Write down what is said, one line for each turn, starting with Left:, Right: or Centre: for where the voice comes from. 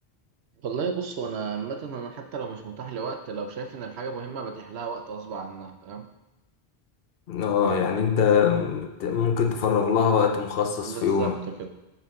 Right: والله بص انا عامه انا حتى لو مش متاح لوقت لو شايف ان الحاجه مهمه بتحلها وقت غصب عنها فاهم
Left: اه يعني انت مت- ممكن تفرغ لها وقت مخصص
Right: بالظبط
Left: في يومك
Right: كده